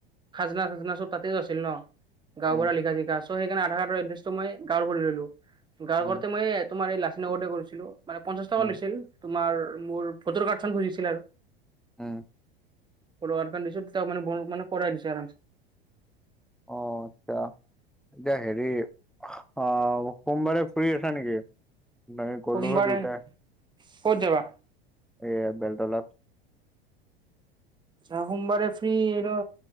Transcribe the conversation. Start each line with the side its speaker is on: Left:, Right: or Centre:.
Right: খাজানা -চাজনা চব তাতেও আছিল ন, গাও
Centre: উম
Right: বুঢ়া লিখা জিখা। ত' সেইকাৰণে আধাৰ কাৰ্ডৰ এড্ৰেছটো মই গাৰ কৰি ললো। গাৰ
Centre: উম
Right: কৰতেই তোমাৰ এই লাচী নগৰতে কৰিছিলো। মানে পঞ্চাশ টকা
Centre: উম
Right: লৈছিল, তোমাৰ মোৰ ফটোৰ কাৰ্ড চ খুজিছিল আৰু।
Centre: হে।
Right: কৰ দিছো তাক মানে মানে কৰাই দিছো আৰামছে।
Centre: অ আচ্ছা, এতিয়া হেৰি আহ সোমবাৰে ফুৰি আছা নেকি? এ গলো
Right: সোমবাৰে
Centre: হয় দুইটাই।
Right: ক'ত যাবা?
Centre: এয়া বেলতলাত।
Right: আ সোমবাৰে ফ্ৰী এইটো,